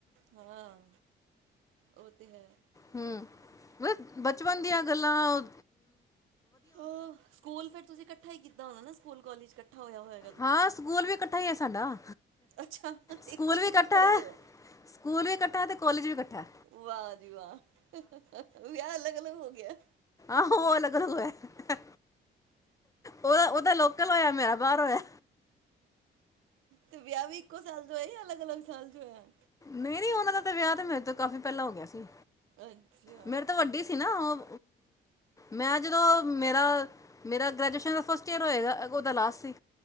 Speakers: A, on the right; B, on the left.
A: ਹਾਂ, ਓਹ ਤਾ ਹੈ।
B: ਹੂੰ, ਮ ਬਚਪਨ ਦੀਆਂ ਗੱਲਾਂ ਓ
A: ਹਾਂ, ਸਕੂਲ ਫੇਰ ਤੁਸੀਂ ਇਕੱਠੇ ਈ ਕੀਤਾ ਹੋਨਾ ਨਾ। ਸਕੂਲ ਕੋਲੇਜ ਇਕੱਠਾ ਹੋਇਆ ਹੋਇਆ।
B: ਹਾਂ ਸਕੂਲ ਵੀ ਇਕੱਠਾ ਹੀ ਹੈ ਸਾਡਾ।
A: ਅੱਛਾ, ਇੱਕੋ
B: ਸਕੂਲ
A: ਸਕੂਲੇ
B: ਵੀ ਇਕੱਠਾ
A: ਪੜ੍ਹੇ,
B: ਹੈ
A: ਦੋਵੇਂ?
B: ਸਕੂਲ ਵੀ ਇਕੱਠਾ ਤੇ ਕੋਲੇਜ ਵੀ ਇਕੱਠਾ ਐ।
A: ਵਾਹ ਜੀ ਵਾਹ, ਵਿਆਹ ਅਲੱਗ ਅਲੱਗ ਹੋ ਗਿਐ।
B: ਆਹੋ, ਅਲੱਗ ਅਲੱਗ ਹੈਐ। ਓਹ ਓਹਦਾ ਲੋਕਲ ਹੋਇਆ ਮੇਰਾ ਬਾਹਰ ਹੋਇਐ।
A: ਤੇ ਵਿਆਹ ਵੀ ਇੱਕੋ ਸਾਲ ਚ ਹੋਇਆ ਯਾ ਅਲੱਗ ਅਲੱਗ ਸਾਲ ਚ ਹੋਇਐ?
B: ਨਈ ਨਈਂ ਓਹਨਾਂ ਦਾ ਤੇ ਵਿਆਹ ਤੇ ਮੇਰੇ ਤੋਂ ਕਾਫ਼ੀ ਪਹਿਲਾਂ ਹੋ ਗਿਆ ਸੀ।
A: ਅੱਛਾ।
B: ਮੇਰੇ ਤੋਂ ਵੱਡੀ ਸੀ ਨਾ ਓਹ। ਮੈਂ ਜਦੋਂ ਮੇਰਾ ਮੇਰਾ ਗ੍ਰੈਜੂਏਸ਼ਨ ਦਾ ਫਸਟ ਈਅਰ ਹੋਏਗਾ ਅਗੋਂ ਓਹਦਾ ਲਾਸਟ ਸੀ।